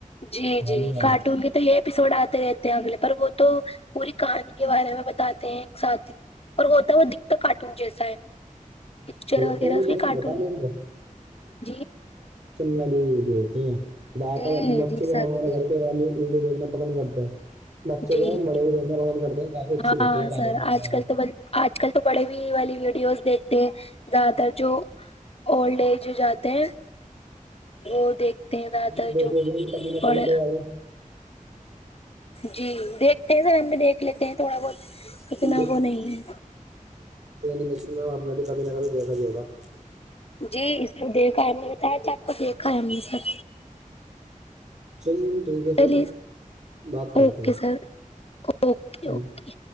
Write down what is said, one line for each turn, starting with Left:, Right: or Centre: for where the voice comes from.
Left: جی
Right: کہانی
Left: جی
Right: والا ہوتا
Left: کارٹون کے تو یہ اپپیسوڈ آتے رہتے ہیں اگلے پر وہ تو پوری کہانی کے بارے میں بتاتے ہیں ایک ساتھ ہی اور ہوتا ہے ہو دکھتا کارٹون جیسا ہے پکچر
Right: جی
Left: وغیرہ اس کی
Right: جیشن
Left: کارٹون
Right: ہوشن
Left: جی
Right: <inaudible> والی ویڈیو ہوتی ہیں زیادہ
Left: جی
Right: تر بچے
Left: جی
Right: جو
Left: سر
Right: ہمارے
Left: جی
Right: گھر کے والی ویڈیو دیکھنا پسند کرتے ہیں <inaudible> بچے
Left: جی
Right: جو ہے بڑے بھی دیکھ پسند کرتے ہیں کافی اچھی
Left: ہاں
Right: ہوتی ہے قانوون
Left: سر آج کل
Right: بھی <inaudible>
Left: تو آج کل تو بڑے بھی والی ویڈیوز دیکھتے ہیں زیادہ تر جو اولڈ ایج جاتے ہیں وہ دیکھتے ہیں زیاد
Right: آپ نے
Left: تر
Right: بھی دیکھے
Left: جو
Right: ہوئے ہیں کبھی نہ
Left: پڑے
Right: کبھی تو یار
Left: جی دیکھتے ہیں سر ہم بھی دیکھ لیتے ہیں تھوڑا بہت اتنا
Right: تو
Left: وہ نہیں ہے
Right: مش میں ہم نے بھی کبھی نہ کبھی دیکھا ہی ہوگا <inaudible>
Left: جی سر دیکھا ہے ہم نے بتایا چ آ کو دیکھا ہے ہم نے سر
Right: چلو م ٹھیک ہے
Left: چلیے
Right: پھر بات کرتے
Left: اوکے
Right: ہیں
Left: سر اوکے
Right: ٹھیک
Left: اوکے